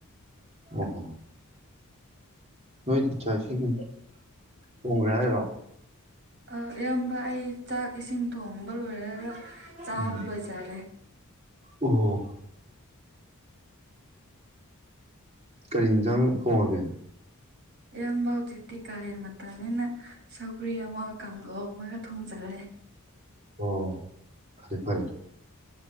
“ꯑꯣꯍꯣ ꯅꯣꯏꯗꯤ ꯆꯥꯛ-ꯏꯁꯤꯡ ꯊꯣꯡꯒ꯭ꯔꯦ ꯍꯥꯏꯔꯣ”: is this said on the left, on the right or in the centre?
Right